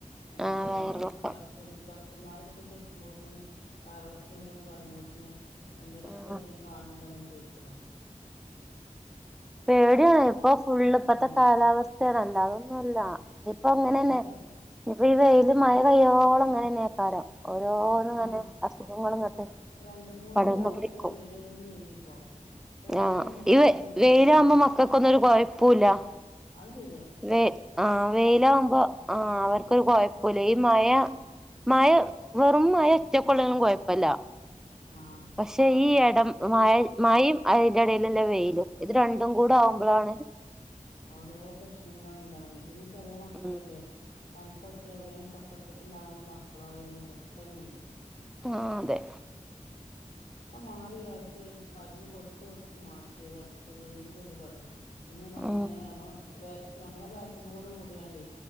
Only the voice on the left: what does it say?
എന്തചോരന്ന്
ഡോക്റ്റം ഡോക് ക്റ്റന്മാരുടെ അടുത്തേക്കെത്തുമ്പോത്തിന് വയർൾക്കം ണ്ട്ന്ന് പറയുമ്പോത്ത്ൻ എന്തരക്തന്ദേലും
കാണ് ണ്ടാന്നാ ചോയിക്കണേ
ഉം
അങ്ങട്ട്
ആഹ്
ഇപ്പ രണ്ട് മൂന്നൊരാഴ്ച
വെയിലന്നെനി ഇപ്പോ ഇപ്പൊ ഇന്നും
ഇന്നലെയായിട്ട് എന്താ
മഴ
അത് ശെരിയാ
ആഹ്
ഈ
ഓരോ പ്രശ്നങ്ങൾ ണ്ടാവുണി പിന്നെ ചെറിയ മക്കളല്ലേ
തണ്പട്ടിയാ വേം കഫക്കെട്ട് ണ്ടാകണ മക്കൾ ആയാല് പെട്ടനുണ്ട്
പ്പൊ മാറി ഒരാഴ്ച മരുന്ന് കൊടുത്തുകൊടുത്തു മാറ്റിയത പ്പൊ വീണ്ടും ഇത് തൊടങ്ങി ന്ന ങ്ങനെ
നമ്മളെ വേ നമ്മളെ ബാക്ക്കൂടെ കൂടിയാണ്ട്